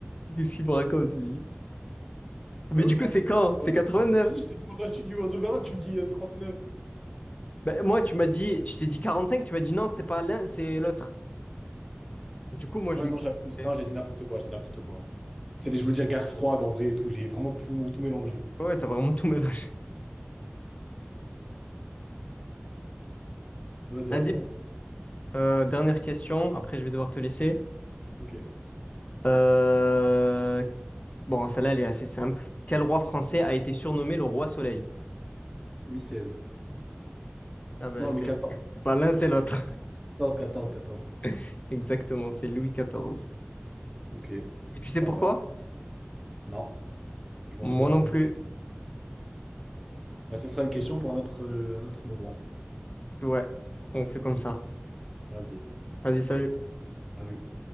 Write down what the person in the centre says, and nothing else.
Mais
oui,
80,
89.
Vas-y, je te demande la chute du mur de Berlin, tu me dis euh, neuf
Ouais,
non,
j'abuse.
Non, j'ai dit n'importe quoi, j'ai dit n'importe quoi. C'est les, je voulais dire guerre froide en vrai et tout. J'ai vraiment tout, tout mélangé.
Vas-y,
à toi.
Ok.
Louis seize.
Non,
Louis quatorze.
Quatorze, quatorze, quatorze.
Ok.
Pas
mal. Non, je m'en
souviens
plus.
Ah, ce sera une question pour un autre, euh, un autre moment.
Vas-y.
Salut.